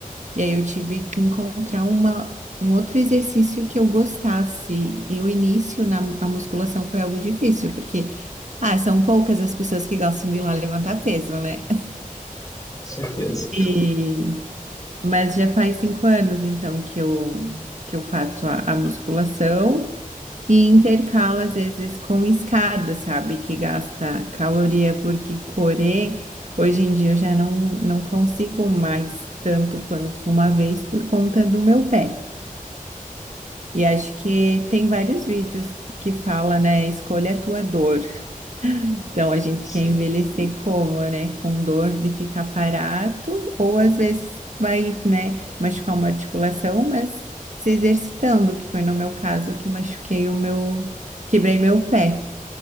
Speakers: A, on the right; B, on the left.
A: E aí eu tive que encontrar uma, um outro exercício que eu gostasse. E o início na a musculação foi algo difícil, porque ah, são poucas as pessoas que gostam de ir lá levantar peso, né?
B: com certeza.
A: E- mas já faz cinco anos, então, que eu, que eu faço a, a musculação. E intercala às vezes com escada, sabe? Que gasta caloria, porque correr, hoje em dia eu já não, não consigo mais tanto quanto uma vez por conta do meu pé. E acho que tem vários vídeos que fala, né? Escolha a tua dor. Então a gente
B: Sim.
A: quer envelhecer como, né? Com dor de ficar parado, ou às vezes vai, né, machucar uma articulação, mas se exercitando, que foi no meu caso que machuquei o meu, quebrei meu pé.